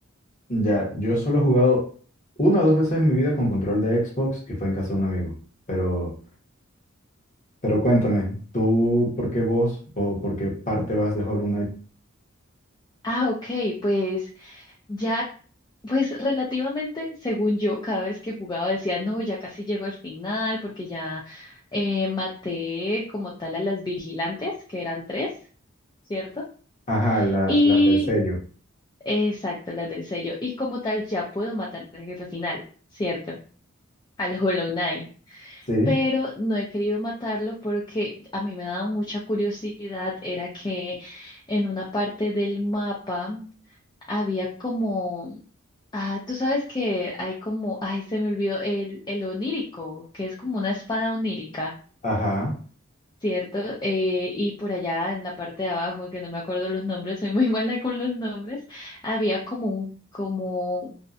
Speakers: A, on the left; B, on the left.
A: Ya, yo solo he jugado una o dos veces en mi vida con control de Xbox y fue en casa de un amigo. Pero, pero cuéntame, ¿tú por qué vos o por qué parte vas de Hollow Knight?
B: Ah, ok, pues ya, pues relativamente, según yo, cada vez que jugaba decía, no, ya casi llego al final, porque ya eh, maté como tal a las vigilantes, que eran tres, ¿cierto?
A: Ajá, la-
B: Y
A: las del sello.
B: exacto, las del sello. Y como tal, ya puedo matar al jefe final, ¿cierto? Al Hollow Knight.
A: Sí,
B: Pero no he querido matarlo porque a mí me daba mucha curiosidad. Era que en una parte del mapa había como. Ah, tú sabes que hay como. Ay, se me olvidó. El, el onírico, que es como una espada onírica.
A: ajá.
B: Cierto, eh, y por allá en la parte de abajo, que no me acuerdo los nombres, soy muy <laughs> mala con los nombres, había como un, como